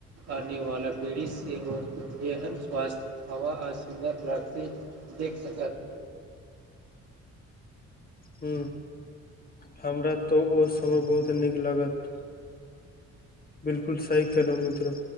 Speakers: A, on the right (about 55°); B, on the left (about 30°).
A: आने वाला पीढ़ि सेहो बेहद स्वास्थ्य हवा आ सुन्दर प्राकृत देख सकत
B: ह हमरा तऽ ओ समय बहुत नीक लागत बिल्कुल सही केलौ मित्र